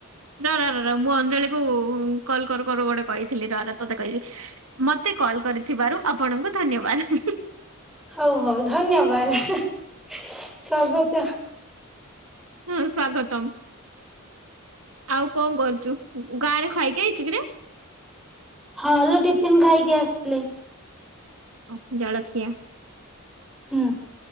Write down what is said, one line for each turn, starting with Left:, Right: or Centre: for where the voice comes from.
Right: ର ର ର ର ମୁଁ ଅଞ୍ଜଳିକୁ କଲ୍ କରୁ କରୁ ଗୋଟେ କହିଥିଲି ର ର ତତେ କଇବି। ମତେ କଲ୍ କରିଥିବାରୁ ଆପଣଙ୍କୁ ଧନ୍ୟବାଦ।
Centre: ହଉ ହଉ ଧନ୍ୟବାଦ ସ୍ଵାଗତ।
Right: ହଁ ସ୍ଵାଗତମ୍। ଆଉ କଣ କରୁଚୁ ଗାଁରୁ ଖାଇକି ଆଇଚୁ କିରେ?
Centre: ହଁ ଲୋ ଟିଫିିନ ଖାଇକି ଆସଥିଲି।
Right: ଓ ଜଳଖିଆ।
Centre: ହୁଁ।